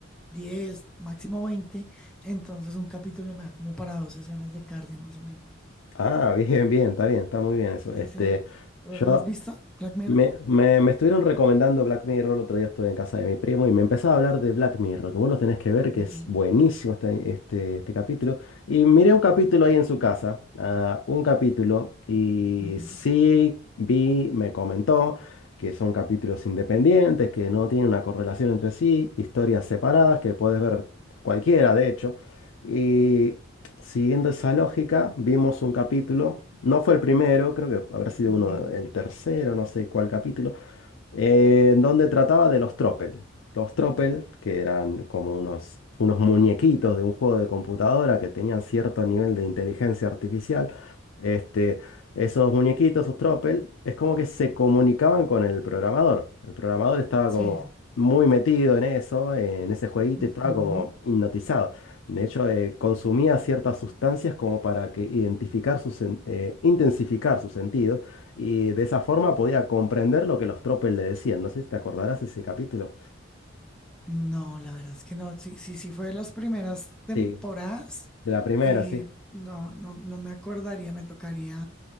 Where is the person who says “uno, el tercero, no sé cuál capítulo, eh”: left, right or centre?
Left